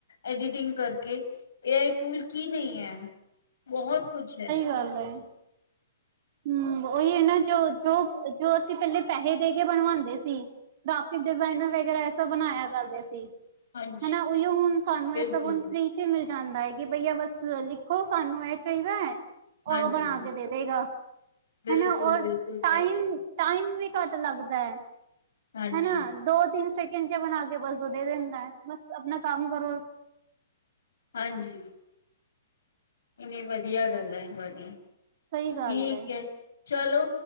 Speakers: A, on the left; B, on the right.
A: ਐਡੀਟਿੰਗ ਕਰਕੇ, ਏ ਆਈ ਟੂਲ ਕੀ ਨਹੀਂ ਹੈ ਬਹੁਤ ਕੁਛ ਹੈ।
B: ਕੱਲ ਹੈ। ਹੂੰ ਉਹੀ ਹੈ ਨਾ ਜੋ ਜੋ ਜੋ ਅਸੀਂ ਪਹਿਲੇ ਪੈਸੇ ਦੇ ਕੇ ਬਣਵਾਉਂਦੇ ਸੀ। ਕਾਫੀ ਡਿਜ਼ਾਇਨਰ ਵਗੈਰਾ ਐਸਾ ਬਣਾਇਆ ਕਰਦੇ ਸੀ।
A: ਹਾਂਜੀ।
B: ਹੈਨਾ ਉਹੀਓ ਹੁਣ ਸਾਨੂੰ
A: ਬਿਲਕੁਲ
B: ਇਹ ਸਭ ਫ੍ਰੀ। ਫ੍ਰੀ ਵਿੱਚ ਮਿਲ ਜਾਂਦਾ ਹੈ ਕਿ ਬਈਆ ਬਸ ਲਿਖੋ ਸਾਨੂੰ ਇਹ ਚਾਹੀਦਾ ਹੈ।
A: ਹਾਂਜੀ
B: ਔਰ ਉਹ ਬਣਾ ਕੇ ਦੇ ਦੇਗਾ
A: ਬਿਲਕੁਲ
B: ਹੈਨਾ ਔਰ
A: ਬਿਲਕੁਲ ਸਹੀ
B: ਟਾਈਮ।
A: ਗੱਲ
B: ਟਾਈਮ ਵੀ ਘੱਟ ਲੱਗਦਾ ਹੈ
A: ਹਾਂਜੀ
B: ਹੈਨਾ ਦੋ ਤਿੰਨ ਸੈ ਸੈਕਿੰਡ 'ਚ ਬਣਾ ਕੇ ਬਸ ਉਹ ਦੇ ਦਿੰਦਾ ਹੈ। ਬਸ ਆਪਣਾ ਕੰਮ ਕਰੋ।
A: ਹਾਂਜੀ। ਇਨੀਂ ਵਧੀਆ ਗੱਲ ਹੈ ਤੁਹਾਡੀ
B: ਸਹੀ ਗੱਲ
A: ਠੀਕ ਹੈ। ਚਲੋ